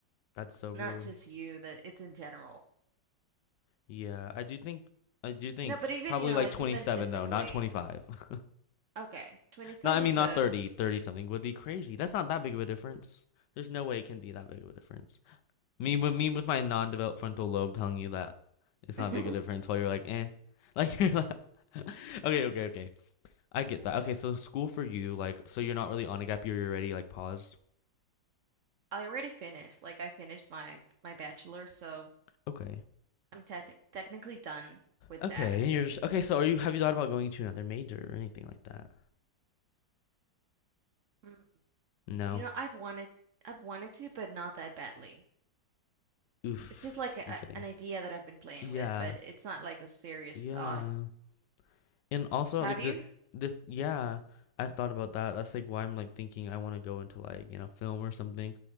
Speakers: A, on the left; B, on the right.
A: That's so rude.
B: not just you, that it's in general.
A: Yeah, I do think I do think
B: No, but even,
A: probably
B: you know,
A: like
B: like
A: 27
B: even physically.
A: though, not 25. <laughs>
B: Okay, 27,
A: No, I mean
B: so
A: not 30, 30 something would be crazy. That's not that big of a difference. There's no way it can be that big of a difference. Me with me with my non-developed frontal lobe telling you that it's not
B: <laughs>
A: big a difference while you're like, "Eh." Like <laughs> you're like <laughs> Okay, okay, okay. I get that. Okay, so school for you like so you're not really on a gap year, you're already like paused.
B: I already finished. Like I finished my my bachelor, so
A: Okay.
B: I'm tec technically done with
A: Okay,
B: that
A: and
B: at
A: you're just
B: least.
A: Okay, so are you have you thought about going to another major or anything like that?
B: Mm.
A: No.
B: You know, I've wanted I've wanted to, but not that badly.
A: Oof.
B: It's just like a,
A: I'm kidding.
B: an idea that I've been playing
A: Yeah.
B: with, but it's not like a serious
A: Yeah.
B: thought.
A: And also
B: Have
A: like
B: you?
A: this this yeah, I've thought about that. That's like why I'm like thinking I want to go into like, you know, film or something,